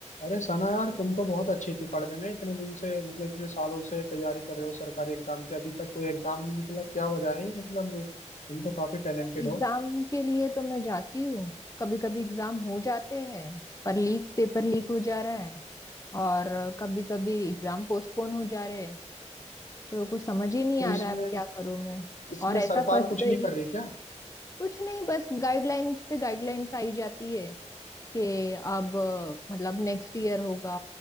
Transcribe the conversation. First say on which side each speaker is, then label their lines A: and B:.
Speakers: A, on the left (about 80°); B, on the left (about 25°).
A: अरे सना यार तुम तो बहुत अच्छी थी पढ़ने में इतने दिन से मतलब इतने सालों से तैयारी कर रहे हो सरकारी एग्जाम की अभी तक कोई एग्जाम नहीं निकला क्या वजह है ये? मतलब तुम तो काफी टैलेंटेड
B: Exam
A: हो
B: के लिए तो मैं जाती हूँ कभी कभी एग्जाम हो जाते हैं पर लीक पेपर लीक हो जा रहा है और कभी कभी एग्जाम पोस्टपोन हो जा रहे हैं तो कुछ समझ ही नहीं
A: तो
B: आ
A: इसमें
B: रहा है अब क्या करूँ मैं
A: इसमें
B: और ऐसा
A: सरकार
B: फंस
A: कुछ
B: गई
A: नहीं कर रही क्या
B: कुछ नहीं बस गाइडलाइंस पे गाइडलाइंस आई जाती है कि अब मतलब नेक्स्ट ईयर होगा